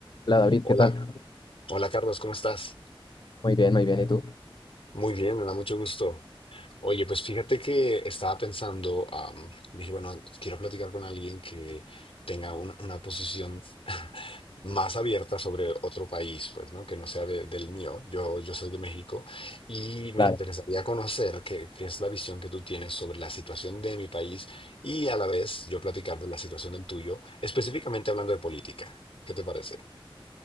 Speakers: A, on the left; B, on the left.
A: La David,
B: Hola,
A: ¿qué tal?
B: hola Carlos, ¿cómo estás?
A: Muy bien, muy bien. ¿Y tú?
B: Muy bien, me da mucho gusto. Oye, pues fíjate que estaba pensando, am, dije, bueno, quiero platicar con alguien que tenga una, una posición <laughs> más abierta sobre otro país, pues, ¿no? Que no sea de- del mío. Yo, yo soy de México y me
A: Claro.
B: interesaría conocer qué, qué es la visión que tú tienes sobre la situación de mi país y a la vez yo platicar de la situación del tuyo, específicamente hablando de política. ¿Qué te parece?